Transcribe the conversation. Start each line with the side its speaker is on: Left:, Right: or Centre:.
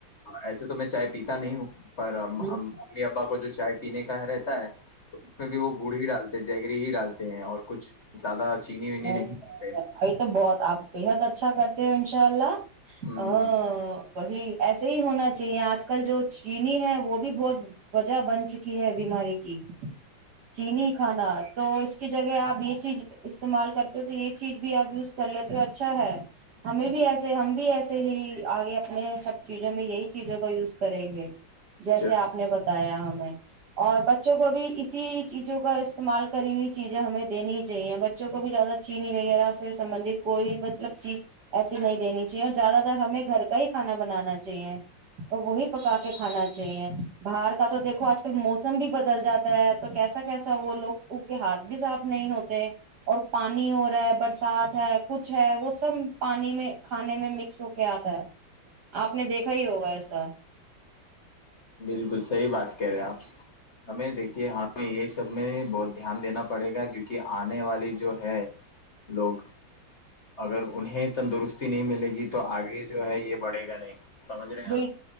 Left: ایسے تو میں چائے پیتا نہیں ہوں پر ممی
Right: ہوں
Left: ابا کو جو چائے پینے کا رہتا ہے تو اس میں بھی گڑی ڈالتے ہیں جگری ہی ڈالتے ہیں اور کچھ زیادہ چینی وینی
Right: ا
Left: نہیں ڈالتے
Right: ابھی تو بہت آپ بےحد اچھا کر انشاءاللہ
Left: ہوں
Right: آ وہی ایسے ہی ہونا چاہیے آج کل جو چینی ہے وہ بھی بہت وجہ بن چکی ہے بیماری کی چینی کھانا تو کی جگہ آپ یہ چیز اس استعمال کرتے ہو تو یہ چیز بھی آپ یوز کر لیتے ہو اچھا ہے ہمیں بھی ایسے ہم بھی ایسے ہی آگے اپنے سب چیزوں میں یہی چیزوں کا یوز کریں گی جیسے آپ
Left: ہوں
Right: نے بتایا ہم اور بچوں کو بھی اسی چیزوں کا استعمال کری ہوئی چیزیں ہمیں دینی چاہیے ب بچوں کو بھی زیادہ چینی وغیرہ سے سبندت کوئی مطلب چیز ایسے نہیں دینی چاہیے اور زیادہ تر ہمیں گھر کا ہی کھانا بنانا چاہیے وہی پکا کے کانا باہر کا تو دیکھو آج کل موسم بھی بدل جاتا ہے تو کیسا کیسا وہ لوگ ان کے ہاتھ بھی صاف نہیں ہوتے اور پانی ہو رہا ہے برسات ہے کچھ ہے وہ سب پانی میں کھانے میں مکس ہو کے آتا ہے آپ نے دیکھا ہی ہوگا ایسا
Left: بالکل صحی بات کہہ رہے آپ ہمیں دیکھیے ہمیں یہ سب میں بہت دھیان دینا پڑے گا کیونکہ آنے والی جو ہے لوگ اگر انہیں تندرستی نہیں ملے گی تو آگے جو ہے یہ بڑھے گا نہیں سمجھ رہے ہیں آپ
Right: بال